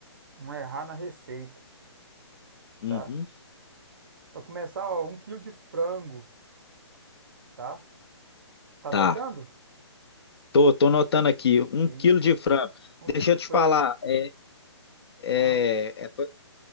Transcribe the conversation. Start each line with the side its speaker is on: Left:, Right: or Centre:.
Right: Não errar na receita,
Left: Uhum,
Right: tá? Para começar, ó, um quilo de frango, tá? Tá
Left: tá.
Right: anotando?
Left: Tô, tô notando aqui, um
Right: Isso.
Left: quilo de frango.
Right: Um
Left: Deixa
Right: quilo de
Left: eu te
Right: frango.
Left: falar, é, é,
Right: Ah,
Left: é, pa-